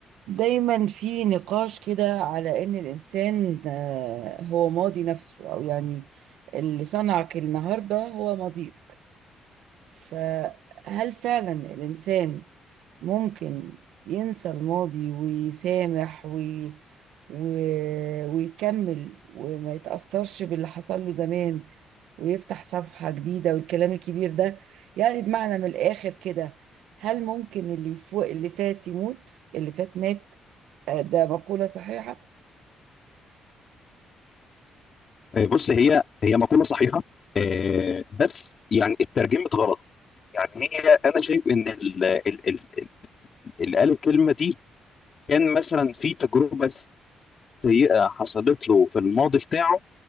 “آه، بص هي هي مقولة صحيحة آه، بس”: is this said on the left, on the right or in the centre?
Left